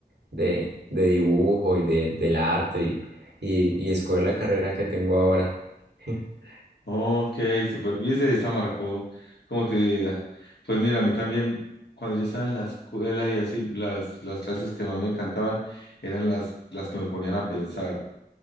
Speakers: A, on the right; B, on the left.
A: de, de dibujo y de, del arte y, y, y escoger la carrera que tengo ahora. <laughs>
B: Ok, super. Viste, esa marcó como tu vida. Pues mira, a mí también, cuando yo estaba en la escuela y así, las, las clases que más me encantaban eran las, las que me ponían a pensar.